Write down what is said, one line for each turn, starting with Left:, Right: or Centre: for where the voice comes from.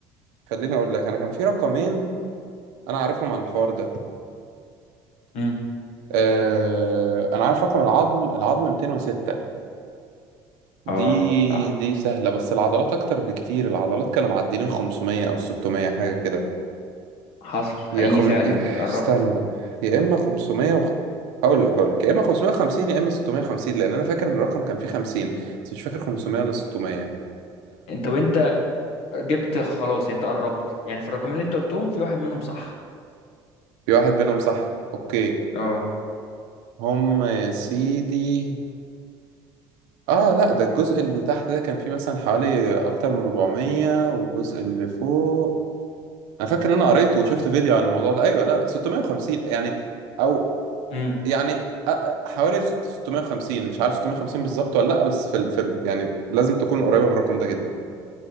Right: خليني اقول لك انا كان في رقمين انا عارفهم عن الحوار ده
Left: امم
Right: آه انا عارف رقم العظم العظم 206 دي
Left: اه صح
Right: دي سهلة بس العضلات اكتر بكتير العضلات كانوا معديين 500 او 600 حاجة كده
Left: حصل حقيقي
Right: يا خم...
Left: فعلا
Right: يا-
Left: انت قربت
Right: استنى يا اما 500 و... اقول لك اقول لك يا اما 550 يا اما 650 لان انا فاكر ان الرقم كان فيه 50 بس مش فاكر 500 ولا 600
Left: انت وانت جبت خلاص يعني انت قربت يعني في الرقمين اللي انت قلتهم في واحد منهم صح
Right: في واحد منهم صح اوكي
Left: اه
Right: هم يا سيدي اه لا ده الجزء اللي تحت ده كان فيه مثلا حوالي اكتر من 400 والجزء اللي فوق انا فاكر ان انا قريت وشفت فيديو عن الموضوع ده ايوه لا لا 650 يعني او
Left: امم
Right: يعني أ- أ- حوالي 650 مش عارف 650 بالظبط ولا لا بس في ال... في ال... يعني لازم تكون قريبة من الرقم ده جدا